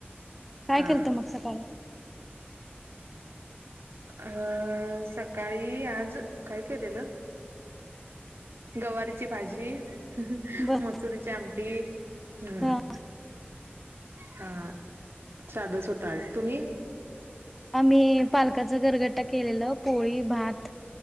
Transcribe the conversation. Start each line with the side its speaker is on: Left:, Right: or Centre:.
Centre: काय
Right: हा.
Centre: केलत मग सकाळी?
Right: अ -सकाळी आज काय केलेलं? गवारीची भाजी,
Centre: बर
Right: मसुरीची आमटी- हम्म.
Centre: ह
Right: हां. साधंच होत आज. तुम्ही?
Centre: आम्ही पालकाच गरगट्टा केलेलं. पोळी भात.